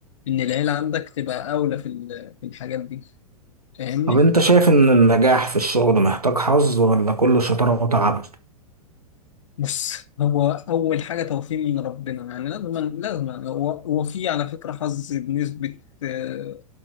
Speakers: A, on the left (about 55°); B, on the right (about 85°).
A: إن العيلة عندك تبقى أولى في ال- في الحاجات دي فاهمني
B: طب انت شايف ان النجاح في الشغل محتاج حظ ولا كله شطارة وتعب؟
A: بص هو أول حاجة توفيق من ربنا يعني لازم لازم هو هو في على فكرة حظ بنسبة آه،